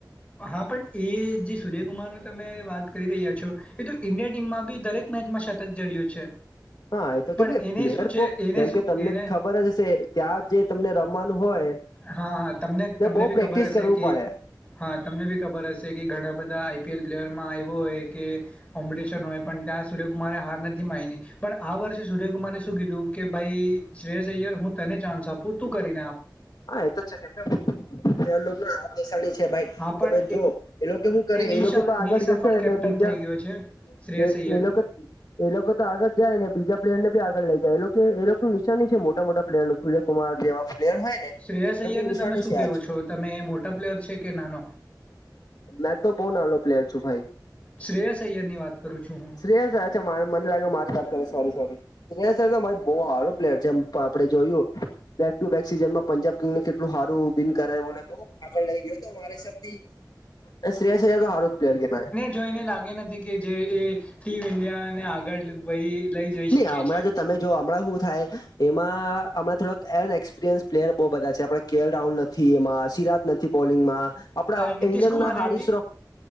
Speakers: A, on the left; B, on the left.
A: હા પણ એ જે સૂર્યકુમારની તમે વાત કરી રહ્યા છો, એ તો ઇન્ડયન ટીમમાં બી દરેક મેજમાં શતક જડ્યું છે.
B: હા એ તો કેમ
A: પણ
B: કે
A: એને
B: પ્લેયર
A: શું છે
B: બો
A: એને
B: કેમ
A: શું
B: કે તમને
A: એને
B: ખબર જ હશે કે્યા આ જે તમને રમવાનું હોય
A: હા હ તમને તમને
B: ને બહુ
A: બી
B: પ્રેક્ટિસ
A: ખબર હશે
B: કરવું
A: કે
B: પડે
A: હા તમને બી ખબર હશે કે ઘણા બધા આઈ પી એલ પ્લેયરમાં એવું હોય કે કોમ્પિટિશન હોય પણ ત્યાં સૂર્યકુમારે હાર નથી માઇની. પણ આ વર્ષે સુૂર્યકુમારે શું કીધું કે ભાઈ શ્રેયસ અય્યર હું તને ચાન્સ આપું, તું કરીને આપ.
B: હા એ તો છે, કેમ કે એ લોકના હાથ દેશાણી છે ભાઈ.
A: હા પણ
B: તમે જો એ લોકો શું કરે
A: નિસ
B: એ લોકો તો આગળ
A: નિસફળ
B: જશે અને
A: કેપ્ટન
B: બીજા
A: થઈ ગયો છે શ્રેયસ
B: એ
A: અય્યર
B: એ લોકોક એ લોકો તો આગળ જાય ને બીજા પ્લેયર નેી આગળ લઈ જાય એ લોકો એ લોકોનું નિશાનની છે મોટા મોટ પ્લેયર નું. કુમાર જેવા પ્લેયર હોય ને. એ
A: શ્રેયસ અૈયર
B: લોકોનું
A: ને તમે
B: નિશાની
A: શું
B: છે
A: કેવો
B: આજ
A: છો તમે એ મોટા પ્લેયર છે કે નાનો?
B: મેં તો બહુ નાનો પ્લેયર છું ભાઈ.
A: શ્રેય અઐયર ની વાત કરું છું હું.
B: મને લાગે મારી વાત કરે સોરી સોરી, બહુ સારો પ્લેયર છે એમ. આપણે જોયું, બેક ટુ બેક સીઝન માં પંજાબ કેટલું સારુંન કરાયને આગળ લ ગયો. શ્રેયા શ્રેયા તો હારદ પ્લેયર કે નાય.
A: જો એને લાગે નથી કે જે એ ટીમ ઇન્ડિયા ને આગળ વહી લઈ જઈ
B: નહી
A: શકીએ
B: હમણાં
A: છે
B: જ તમે જો હમણાં શું થાય, એમાં હમણાં થોડા અનએક્સપિરિયન્સ પ્લેયર બહુ બધા છે આપ કેલ રાહુલ નથી એમાં સિરાજ નથી બોલિંગમાં, આપડા
A: અને નીતિશ
B: ન્ડિન
A: કુમાર
B: ના હારી
A: રેડ્ડી
B: શ્રો